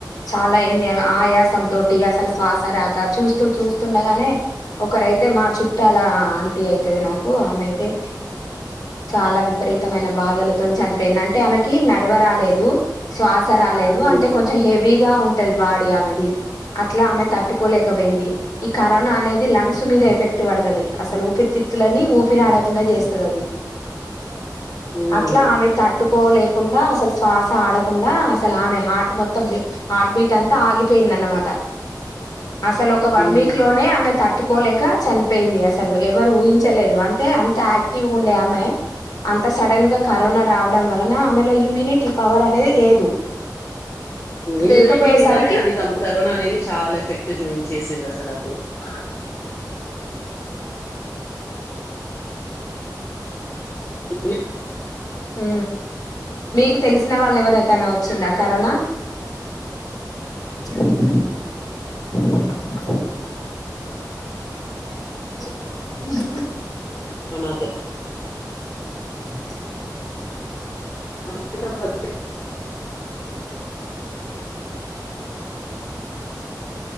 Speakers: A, on the left (about 55°); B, on the left (about 35°).
A: చాలా అయింది ఆయాసం తోటి అసలు శ్వాస రాక చూస్తూ చూస్తుండగానే ఒకరైతే మా చుట్టాల ఆంటీ అయితది నాకు ఆమె అయితే చాలా విపరీతమైన బాధలతో చనిపోయింది అంటే ఆమెకి నడవ రాలేదు శ్వాస రాలేదు
B: హ్మ్.
A: అంటే కొంచెం హెవీగా ఉంటది బాడీ ఆమెది అట్లా ఆమె తట్టుకోలేకపోయింది ఈ కరోనా అనేది లంగ్స్ మీద ఎఫెక్ట్ పడుతది అసలు ఊపిరితిత్తులని ఊపిరి ఆడకుండా చేస్తుంది అది
B: హ్మ్.
A: అట్లా ఆమె తట్టుకోలేక కుడా అసలు శ్వాస ఆడకుండా అసలు ఆమె హార్ట్ మొత్తం హార్ట్ బీట్ అంతా ఆగిపోయిందన్నమాట అసలు ఒక వన్
B: హ్మ్.
A: వీక్ లోనే ఆమె థర్ పెట్టుకోలేక చనిపోయింది అసలు ఎవరు ఊహించలేదు అంటే అంత యాక్టివ్ ఉండే ఆమె అంత సడన్ గా కరోనా రావడం వలన ఆమెలో ఇమ్యూనిటీ పవర్ అనేది లేదు
B: ఇమ్యూనిటీ
A: లేకపోయేసరికి
B: మీదనే అది కరోనా అనేది చాలా ఎఫెక్ట్ చూపించేసింది అసలు అప్పుడు
A: ఆ
B: ఇమ్యూనిటీ
A: ఉ మీకు తెలిసిన వాళ్ళు ఎవరకైనా వచ్చిందా కరోనా కోడి అరుపు పురుషులు ముచ్చట
B: కరోనాతో
A: బండి సౌండ్
B: మంచిగుంది ఫర్ఫెక్ట్